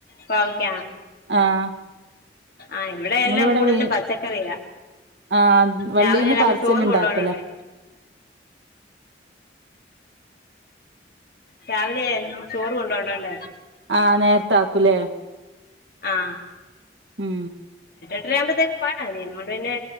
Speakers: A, on the left; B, on the right.
A: കോവക്ക
B: ആഹ്
A: ആഹ എവിടെ
B: നമ്മളിവിടെ
A: എല്ലാം കൂടുതലും
B: വീ
A: പച്ചക്കറിയാ
B: ആഹ് വള്ളീന്ന്
A: രാവിലെ എല്ലാർക്കും
B: പറിച്ചന്നെ
A: ചോറ്
B: ഇണ്ടാക്കല
A: കൊണ്ട് പോണോണ്ടേ രാവിലെ ചോറ് കൊണ്ടോണ്ണോണ്ടേ
B: ആഹ് നേരത്ത ആക്കൂലേ
A: ആഹ്
B: ഉം
A: എട്ടരയാവുമ്പത്തേക്ക് പോയാൽ മതിപിന്നെ